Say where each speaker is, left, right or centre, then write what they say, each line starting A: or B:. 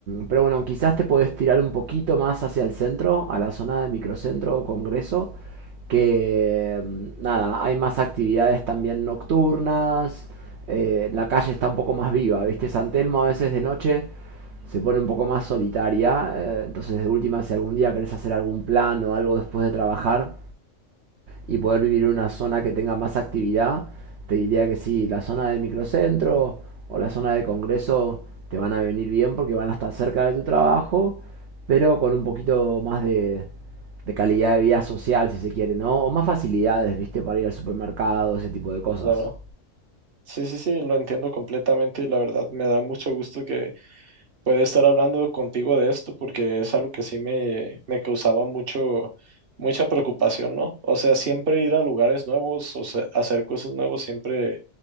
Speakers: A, on the right; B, on the right.
A: pero bueno, quizás te podés tirar un poquito más hacia el centro, a la zona de microcentro o congreso, que mm, nada, hay más actividades también nocturnas, eh, la calle está un poco más viva, ¿viste? San Telmo a veces de noche se pone un poco más solitaria. eh, entonces, de última, si algún día querés hacer algún plan o algo después de trabajar y poder vivir en una zona que tenga más actividad, te diría que sí, la zona de microcentro o la zona de congreso te van a venir bien porque van a estar cerca de tu trabajo, pero con un poquito más de, de calidad de vida social, si se quiere, ¿no? O más facilidades, ¿viste? Para ir al supermercado, ese tipo de cosas.
B: sí, claro. Sí, sí, sí, lo entiendo completamente y la verdad me da mucho gusto que pueda estar hablando contigo de esto porque es algo que sí me, me causaba mucho, mucha preocupación, ¿no? O sea, siempre ir a lugares nuevos o sea, hacer cosas nuevas siempre,